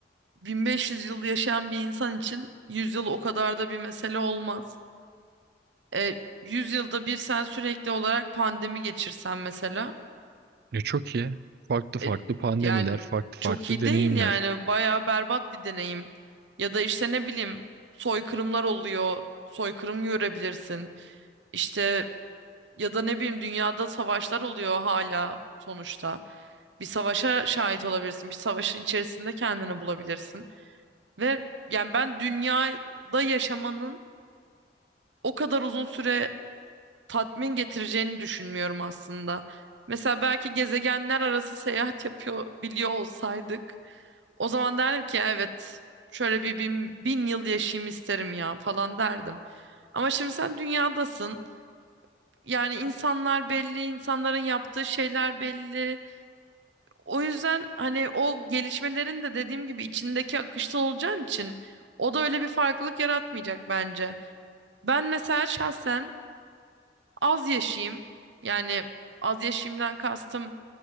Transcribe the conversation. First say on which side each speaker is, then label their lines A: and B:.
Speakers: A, on the right; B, on the right.
A: 1500 yıl yaşayan bir insan için 100 yıl o kadar da bir mesele olmaz. E, 100 yılda bir sen sürekli olarak pandemi geçirsen mesela
B: E, çok iyi. Farklı farklı
A: e,
B: pandemiler,
A: yani
B: farklı farklı
A: çok iyi
B: deneyimler.
A: değil yani bayağı berbat bir deneyim. Ya da işte ne bileyim soykırımlar oluyor, soykırım görebilirsin. İşte ya da ne bileyim dünyada savaşlar oluyor hala sonuçta. Bir savaşa şahit olabilirsin, bir savaşın içerisinde kendini bulabilirsin. Ve yani ben dünyada yaşamanın o kadar uzun süre tatmin getireceğini düşünmüyorum aslında. Mesela belki gezegenler arası seyahat yapıyor biliyor olsaydık o zaman derdim ki evet şöyle bir bin, bin yıl yaşayayım isterim ya falan derdim. Ama şimdi sen dünyadasın. Yani insanlar belli, insanların yaptığı şeyler belli. O yüzden hani o gelişmelerin de dediğim gibi içindeki akışta olacağın için o da öyle bir farklılık yaratmayacak bence. Ben mesela şahsen az yaşayayım. Yani az yaşayayımdan kastım